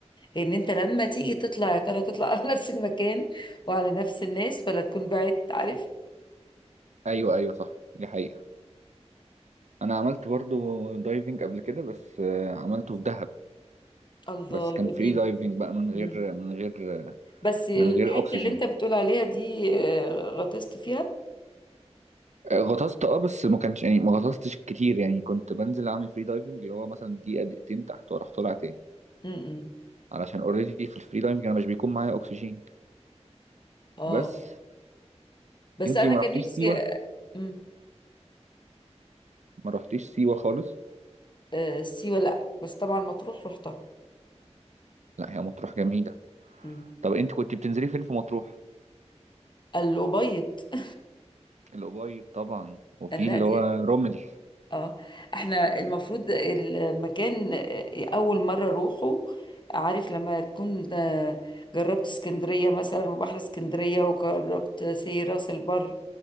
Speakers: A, on the left; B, on the right.
A: ان انت لما تيجي تطلع يا ترى تطلع على <laughs> نفس المكان وعلى نفس الناس ولا تكون بعدت عارف
B: ايوه ايوه صح دي حقيقة انا عملت برضو دايفنج قبل كده بس آه، عملته في دهب
A: الله
B: بس كان
A: جميل
B: فري دايفنج بقى من
A: مم.
B: غير من غير
A: بس الحته
B: من غير اكسجين
A: اللي انت بتقول عليها دي آه، غطست فيها
B: آه، غطست اه بس ما كانش يعني ما غطستش كتير يعني كنت بنزل اعمل فري دايفنج اللي هو مثلا دقيقة دقيقتين تحت واروح طالع تاني
A: امم
B: علشان اوريدي في الفري دايفنج انا مش بيكون معايا اكسجين
A: اه
B: بس
A: بس
B: انتي
A: انا
B: ما
A: كان
B: رحتيش
A: نفسي
B: سيوة
A: آه، مم.
B: ما رحتيش سيوة خالص
A: آه، سيوه لا بس طبعا مطروح رحتها
B: لا هي مطروح جميلة
A: مم.
B: طب انت كنت بتنزلي فين في مطروح
A: الأبيض <laughs>
B: الأوبايد طبعا وفي
A: لا
B: اللي
A: دي
B: هو رمل
A: اه احنا المفروض المكان آه، أول مرة أروحه عارف لما تكون آه، جربت اسكندرية مثلا وبحر اسكندرية وجربت سي راس البر